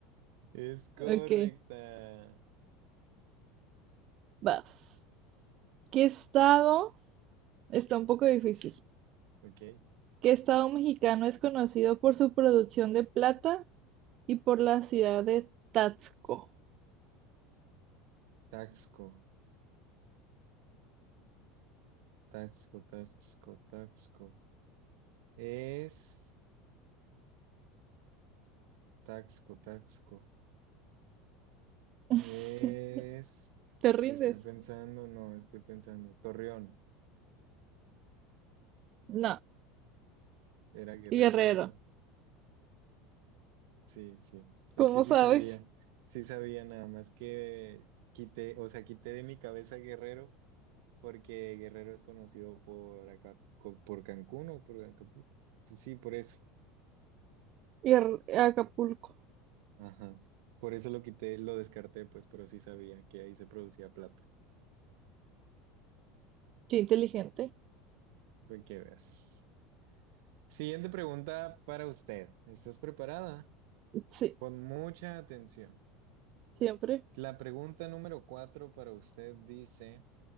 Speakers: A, on the right; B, on the right.
A: Es correcta.
B: Ok, vas. ¿Qué estado? Está un poco difícil.
A: Ok.
B: ¿Qué estado mexicano es conocido por su producción de plata y por la ciudad de Taxco?
A: Taxco, Taxco, Taxco, Taxco. Es Taxco, Taxco.
B: <laughs>
A: Es,
B: ¿Te rindes?
A: estoy pensando, no, estoy pensando. Torreón,
B: No,
A: era Guerrero,
B: Guerrero.
A: ¿verdad? Sí, sí. Es
B: ¿Cómo
A: que sí
B: sabes?
A: sabía, sí sabía nada más que quité, o sea, quité de mi cabeza Guerrero porque Guerrero es conocido por acá, co- por Cancún o por Acapulco. Pues Sí, por eso.
B: Guer- Acapulco.
A: Ajá. Por eso lo quité, lo descarté, pues, pero sí sabía que ahí se producía plata.
B: Qué inteligente.
A: Pues que veas. Siguiente pregunta para usted. ¿Estás preparada?
B: Sí,
A: Con mucha atención.
B: siempre.
A: La pregunta número cuatro para usted dice,